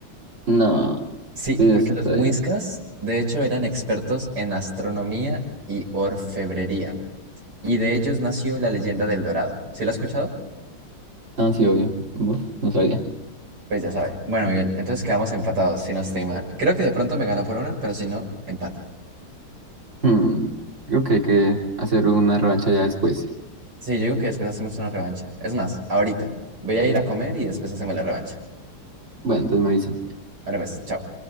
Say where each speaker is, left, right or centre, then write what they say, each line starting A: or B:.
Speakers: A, on the right; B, on the right.
A: No.
B: Sí,
A: Sí,
B: porque
A: está
B: los muiscas,
A: bien.
B: de hecho, eran expertos en astronomía y orfebrería. Y de ellos nació la leyenda del Dorado. ¿Sí la has escuchado?
A: Ah, sí, obvio. Uf, no sabía.
B: Pues ya sabe. Bueno, Miguel, entonces quedamos empatados, si no estoy mal. Creo que de pronto me ganó por una, pero si no, empate.
A: Hmm, Digo que hay que hacer una revancha ya después.
B: Sí, yo digo que después hacemos una revancha. Es más, ahorita. Voy a ir a comer y después hacemos la revancha.
A: Bueno, entonces me avisa.
B: Ahora pues, chao.